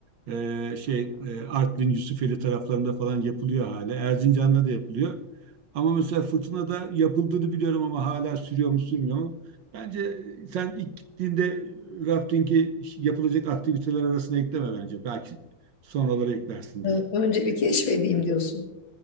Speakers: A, on the right; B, on the left.
A: e, şey e, Artvin, Yusufeli taraflarında falan yapılıyor hala. Erzincan'da da yapılıyor. Ama mesela fırtınada yapıldığını biliyorum ama hala sürüyor mu sürmüyor mu? Bence e, sen ilk gittiğinde e, rafting'i yapılacak aktiviteler arasına ekleme bence. Belki sonraları eklersin diye.
B: Ö- Önce bir keşfedeyim diyorsun.